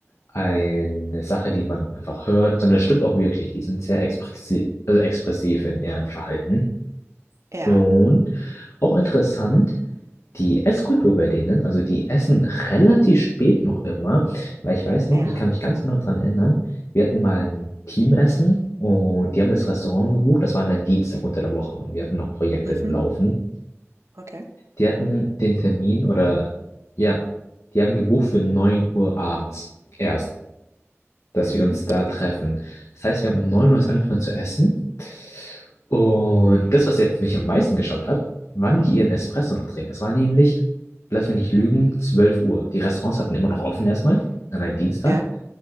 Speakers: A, on the left; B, on the right.
A: eine Sache, die man einfach hört, sondern das stimmt auch wirklich. Die sind sehr expressiv, also expressiv in ihrem Verhalten.
B: Ja,
A: Und auch interessant, die Esskultur bei denen, also die essen relativ spät noch immer, weil ich weiß noch,
B: ja.
A: ich kann mich ganz genau dran erinnern, wir hatten mal ein Teamessen und die haben das Restaurant gebucht, das war dann Dienstag unter der Woche und wir hatten noch Projekte
B: Mhm.
A: laufen.
B: Okay.
A: Die hatten den Termin oder ja, die haben gebucht für 9 Uhr abends erst, dass
B: Mhm.
A: wir uns da
B: Okay.
A: treffen. Das heißt, wir haben um 9 Uhr erst angefangen zu essen. Und das, was jetzt mich am meisten geschockt hat, wann die ihren Espresso noch trinken. Es war nämlich, lass mich nicht lügen, 12 Uhr. Die Restaurants hatten immer noch offen erstmal an einem Dienstag.
B: Ja.